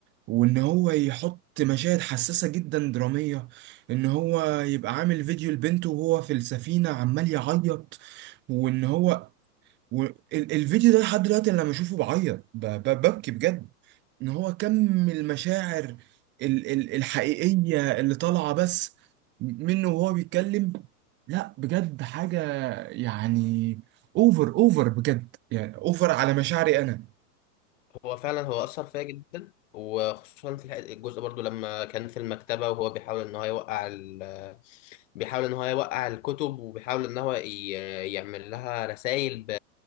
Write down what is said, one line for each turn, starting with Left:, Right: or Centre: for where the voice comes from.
Right: وان هو يحط مشاهد حساسة جدا درامية ان هو يبقى عامل فيديو لبنته وهو في السفينة عمال يعيط وان هو و... ال- الفيديو ده لحد دلوقتي أنا لما اشوفه بعيط ب... ب... ببكي بجد ان هو كم المشاعر ال... ال... الحقيقية اللي طالعة بس منه وهو بيتكلم لا بجد حاجة يعني اوفر اوفر بجد يعني اوفر على مشاعري انا
Left: هو فعلا هو أثر فيا جدا وخصوصا في الح- الجزء برضو لما كان في المكتبة وهو بيحاول إن هو يوقع ال... بيحاول إن هو يوقع الكتب وبيحاول إن هو ي... يعمل لها رسائل ب...